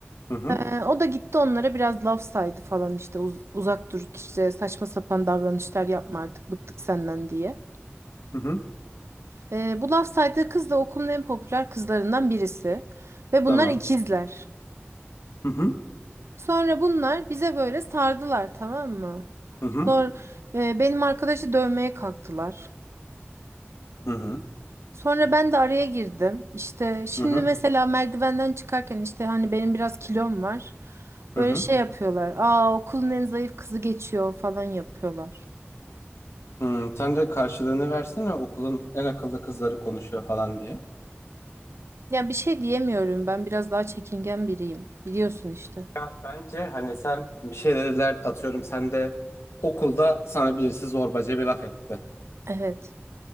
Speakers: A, on the left (about 80°); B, on the right (about 75°).
A: Hı hı.
B: Ee, o da gitti onlara biraz laf saydı falan işte uz- uzak dur işte saçma sapan davranışlar yapma artık bıktık senden diye.
A: Hı hı.
B: Ee, bu laf saydığı kız da okulun en popüler kızlarından birisi ve bunlar
A: Tamam.
B: ikizler.
A: Hı hı.
B: Sonra bunlar bize böyle sardılar tamam mı?
A: Hı hı.
B: Sonra e, benim arkadaşı dövmeye kalktılar.
A: Hı hı.
B: Sonra ben de araya girdim. İşte şimdi
A: Hı hı.
B: mesela merdivenden çıkarken işte hani benim biraz kilom var. Böyle
A: Hı hı.
B: şey yapıyorlar. Aa okulun en zayıf kızı geçiyor falan yapıyorlar.
A: Hı, Sen de karşılığını versene okulun en akıllı kızları konuşuyor falan diye.
B: Ya bir şey diyemiyorum. Ben biraz daha çekingen biriyim. Biliyorsun işte.
A: Ya bence hani sen bir şeyler atıyorum sen de okulda sana birisi zorbaca bir laf etti.
B: Evet.